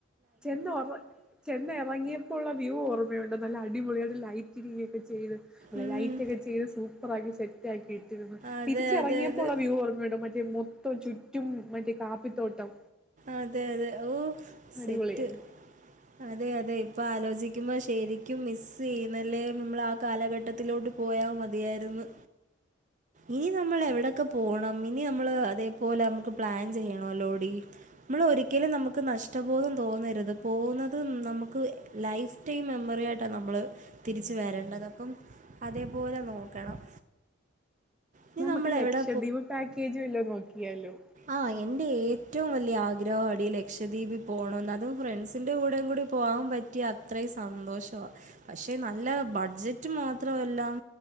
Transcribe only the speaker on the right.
ഉം.
അതെ,
അതെ, അതെ.
അതെ അതെ ഓഹ് സെറ്റ്
അതെ അതെ. അതെ ഇപ്പ ആലോചിക്കുമ്പോ ശെരിക്കും മിസ്സ് ചെയ്യുന്നല്ലേ. നമ്മളാ കാലഘട്ടത്തിലോട്ട് പോയാ മതിയ യെര്ന്ന്. ഇനി നമ്മൾ എവിടെയൊക്കെ പോണം ഇനി നമ്മള് അതേപോലെ നമുക്ക് പ്ലാൻ ചെയ്യണോല്ലോടി. നമ്മൾ ഒരിക്കലും നമുക്ക് നഷ്ടബോധം തോന്നരുത് പോവുന്നത് നമുക്ക് ലൈഫ് ടൈം മെമ്മറി യായിട്ട നമ്മള് തിരിച്ച് വരേണ്ടത് അപ്പം അതേപോലെ നോക്കണം. ഇനി
നമ്മൾ
എവിടെ
ആഹ് എന്റെ ഏറ്റവും വലിയ ആഗ്രഹാടി ലക്ഷദ്വീപ് പോണംന്ന് അതും ഫ്രണ്ട്സിന്റെ കൂടേം കൂടി ഇക്ക് പോവാൻപറ്റിയ അത്രേ സന്തോഷവാ. പക്ഷെ നല്ല ബഡ്ജറ്റ് മാത്രമല്ലാം